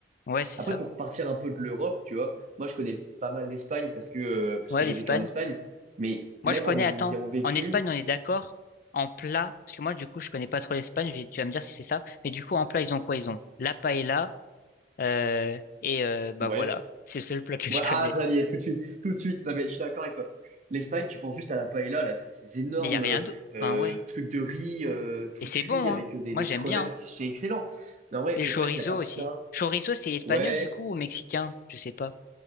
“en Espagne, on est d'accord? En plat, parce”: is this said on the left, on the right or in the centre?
Left